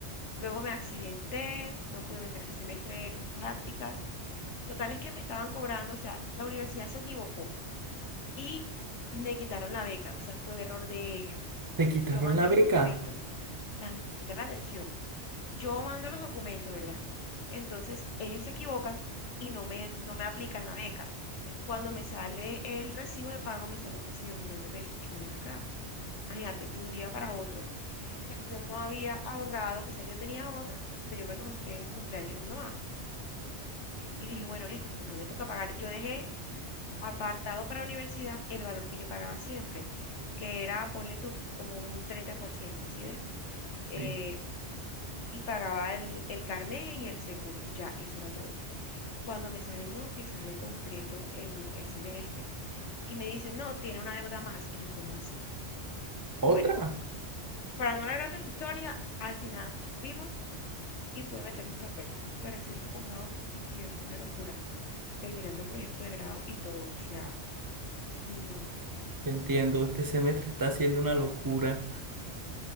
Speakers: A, on the left; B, on the right.
A: Luego me accidenté, no pude meter ese semestre en las prácticas. Total es que me estaban cobrando, o sea, la universidad se equivocó y me quitaron la beca, o sea, fue error de ellos.
B: Te quitaron
A: Yo mandé
B: la beca.
A: los documentos, tan, presta atención. Yo mando los documentos, ¿verdad? Entonces ellos se equivocan y no me, no me aplican la beca. Cuando me sale el recibo de pago, me sale casi un millón de pesos. Y yo ven acá. Imagínate, de un día para otro, que yo no había ahorrado, o sea, yo tenía ahorro, pero yo me lo gasté en el cumpleaños de mi mamá. Y dije, bueno, listo, pues no me toca pagar. Yo dejé apartado para la universidad el valor que yo pagaba siempre, que era, ponle tú, como un 30%, ¿sí ves? Eh,
B: Sí.
A: y pagaba el, el carné y el seguro, ya, eso era todo. cuando me sale, no, que sale completo el, el semestre. Y me dice, no, tiene una deuda más. Y yo, ¿cómo así?
B: Otra.
A: Y bueno, para no alargarte la historia, al final subimos y pude meter mis papeles. Pero el semestre pasado, Steven, fue una locura, terminando proyecto de grado y todo. O sea, no,
B: Te entiendo, este semestre está siendo una locura.